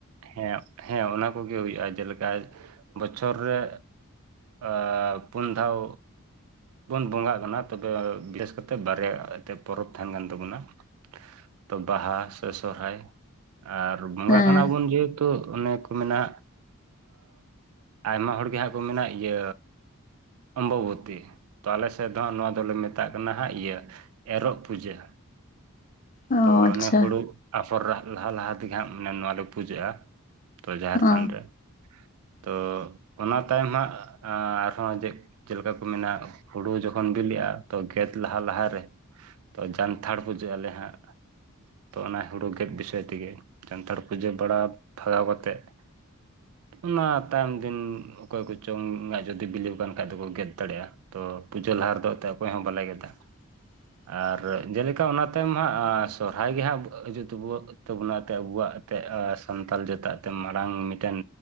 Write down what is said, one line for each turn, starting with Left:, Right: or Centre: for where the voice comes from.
Right: ᱦᱮᱸ ᱦᱮᱸ ᱚᱱᱟ ᱠᱚᱜᱮ ᱦᱩᱭᱩᱜᱼᱟ ᱡᱮᱞᱮᱠᱟ ᱵᱚᱪᱷᱚᱨ ᱨᱮ ᱟᱻ ᱯᱩᱱ ᱫᱷᱟᱹᱣ ᱵᱚᱱ ᱵᱚᱸᱜᱟᱜ ᱠᱟᱱᱟ ᱛᱚᱵᱮ ᱵᱮᱥ ᱠᱟᱛᱮ ᱵᱟᱨᱭᱟ ᱮᱱᱛᱜ ᱯᱚᱨᱚᱵᱽ ᱛᱟᱦᱮᱱ ᱠᱟᱱ ᱛᱟᱹᱵᱚᱱᱟ᱾ ᱛᱚ ᱵᱟᱦᱟ ᱥᱮ ᱥᱚᱦᱨᱟᱭ ᱟᱨ ᱵᱚᱸᱜᱟᱜ
Left: ᱦᱮᱸ
Right: ᱠᱟᱱᱟ ᱵᱚᱱ ᱡᱮ ᱛᱚ ᱚᱱᱮ ᱠᱚ ᱢᱮᱱᱟ ᱟᱭᱢᱟ ᱦᱚᱲᱜᱮ ᱦᱟᱸᱜ ᱠᱚ ᱢᱮᱱᱟ ᱤᱭᱟᱹ ᱚᱢᱵᱚᱵᱚᱛᱤ ᱛᱚ ᱟᱞ ᱥᱮᱫ ᱫᱚ ᱦᱟᱸᱜ ᱱᱚᱣᱟ ᱫᱚᱞᱮ ᱢᱮᱛᱟᱜ ᱠᱟᱱᱟ ᱦᱟᱸᱜ ᱤᱭᱟᱹ ᱮᱨᱚᱜ ᱯᱩᱡᱟᱹ᱾
Left: ᱚ
Right: ᱛᱚ
Left: ᱟᱪᱪᱷᱟ
Right: ᱚᱱᱮ ᱦᱩᱲᱩ ᱟᱯᱷᱚᱨ ᱞᱟᱦᱟ ᱞᱟᱦᱟ ᱛᱮᱜᱮ ᱦᱟᱸᱜ ᱢᱟᱱᱮ ᱱᱚᱣᱟ ᱞᱮ ᱯᱩᱡᱟᱹᱜᱼᱟ᱾ ᱛᱚ ᱡᱟᱦᱮᱨ
Left: ᱚ
Right: ᱛᱷᱟᱱ ᱨᱮ ᱛᱚ ᱚᱱᱟ ᱛᱟᱭᱚᱢ ᱦᱟᱸᱜ ᱟᱨᱦᱚᱸ ᱡᱮ ᱡᱮᱞᱮᱠᱟ ᱠᱚ ᱢᱮᱱᱟ ᱦᱩᱲᱩ ᱡᱚᱠᱷᱚᱱ ᱵᱤᱞᱤᱜᱼᱟ ᱛᱚ ᱜᱮᱫ ᱞᱟᱦᱟ ᱞᱟᱦᱟ ᱨᱮ ᱛᱚ ᱡᱟᱱᱛᱷᱟᱲ ᱯᱩᱡᱟᱹᱜ ᱟᱞᱮ ᱦᱟᱸᱜ᱾ ᱛᱚ ᱚᱱᱟ ᱦᱩᱲᱩ ᱜᱮᱫ ᱵᱤᱥᱚᱭ ᱛᱮᱜᱮ ᱡᱟᱱᱛᱷᱟᱲ ᱯᱩᱡᱟᱹ ᱵᱟᱲᱟ ᱵᱷᱟᱜᱟᱣ ᱠᱟᱛᱮᱫ, ᱚᱱᱟ ᱛᱟᱭᱚᱢ ᱫᱤᱱ ᱚᱠᱚᱭ ᱠᱚ ᱪᱚᱝ ᱟᱜ ᱡᱩᱫᱤ ᱵᱤᱞᱤᱣ ᱠᱟᱱ ᱠᱷᱟᱡ ᱫᱚᱠᱚ ᱜᱮᱫ ᱫᱟᱲᱮᱭᱟᱜᱼᱟ᱾ ᱛᱚ ᱯᱩᱡᱟᱹ ᱞᱟᱦᱟ ᱨᱮᱫᱚ ᱮᱱᱛᱮᱫ ᱚᱠᱚᱭ ᱦᱚᱸ ᱵᱟᱞᱮ ᱜᱮᱫᱟ᱾
Left: <inaudible>
Right: ᱟᱨ ᱡᱮᱞᱮᱠᱟ ᱚᱱᱟ ᱛᱟᱭᱚᱢ ᱦᱟᱸᱜ ᱥᱚᱦᱨᱟᱭ ᱜᱮ ᱦᱟᱸᱜ ᱦᱤᱡᱩᱜ ᱛᱟᱵᱚ ᱛᱟᱵᱚᱱᱟ ᱮᱱᱛ ᱟᱵᱚᱣᱟᱜ ᱮᱱᱛᱜ ᱥᱟᱱᱛᱟᱲ ᱡᱟᱛᱟᱜ ᱮᱱ ᱢᱟᱨᱟᱝ ᱢᱤᱫᱴᱮᱱ